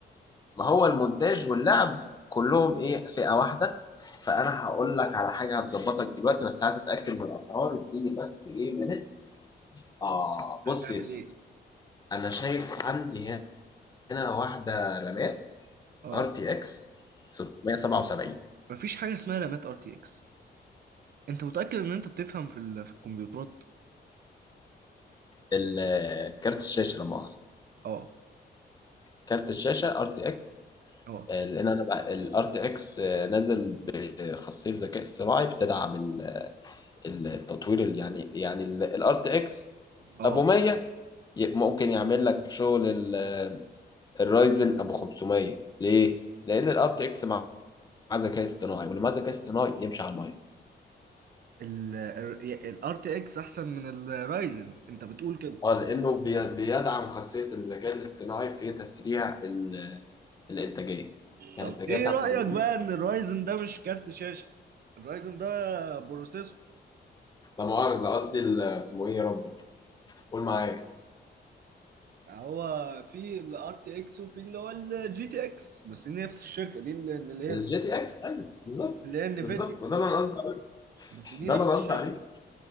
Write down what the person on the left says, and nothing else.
ما هو المونتاج واللعب كلهم ايه فئة واحدة فانا هقول لك على حاجة هتظبطك دلوقتي بس عايز اتاكد من الاسعار اديني بس ايه منت اه
بص يا سيدي
انا شايف عندي هنا واحدة رامات
ار تي اكس 677
ال- كارت الشاشة لما مؤاخذة
كارت الشاشة ار تي اكس
لان انا بقى الار تي اكس نازل بخاصية ذكاء اصطناعي بتدعم ال- التطوير اللي يعني يعني الار تي اكس
ابو 100 ي- ممكن يعمل لك شغل ال- آه، الرايزن ابو 500 ليه؟ لان الار تي اكس مع مع ذكاء اصطناعي واللي مع ذكاء اصطناعي يمشي على الميه
اه لانه بي- بيدعم خاصيه الذكاء الاصطناعي في تسريع ال- الانتاجيه يعني
الانتاجيه
بتاعته
بتزيد
لا مؤاخذه قصدي ال- اسمه ايه يا ربي قول معايا
الجي
تي اكس ايوه بالظبط
بالظبط وده اللي انا قصدي عليه
ده
اللي انا
قصدي عليه